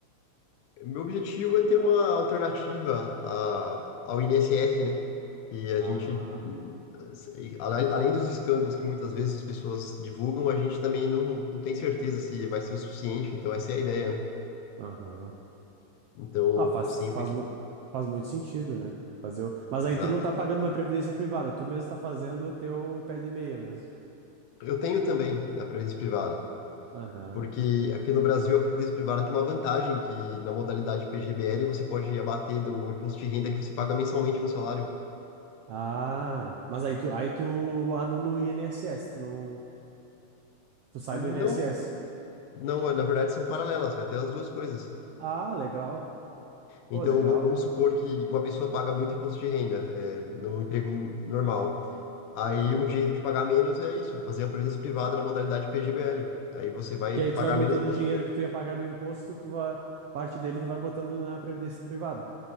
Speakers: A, on the left; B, on the right.
A: Meu objetivo é ter uma alternativa a- ao INSS, né? E a
B: Ah,
A: gente, hum, se- além além dos escândalos que muitas vezes as pessoas divulgam, a gente também não, não tem certeza se vai ser o suficiente. Então, essa é a ideia, né?
B: aham.
A: Então,
B: Ah, faz,
A: sempre
B: faz,
A: que.
B: mu- faz muito sentido, né? Fazer o... Mas
A: Exato.
B: aí tu não tá pagando uma previdência privada, tu mesmo tá fazendo o teu pé de meia mesmo.
A: Eu tenho também a previdência privada,
B: Aham.
A: porque aqui no Brasil a previdência privada tem uma vantagem que na modalidade PGBL você pode abater do imposto de renda que você paga mensalmente no salário.
B: Ah, mas aí tu, aí tu anula o INSS, tu não, tu sai
A: Não,
B: do INSS.
A: não, na verdade são paralelas, vai ter as duas coisas.
B: Ah, legal. Pô,
A: Então,
B: legal.
A: va- vamos supor que uma pessoa paga muito imposto de renda, é, no emprego n- normal. Aí,
B: Uhum.
A: um jeito de pagar menos é isso, fazer uma previdência privada na modalidade PGBL. Aí você vai
B: Que
A: pagar
B: aí tu vai botando
A: menos imposto
B: o dinheiro
A: de renda.
B: que tu ia pagar no imposto, tu vai, parte dele tu vai botando na previdência privada.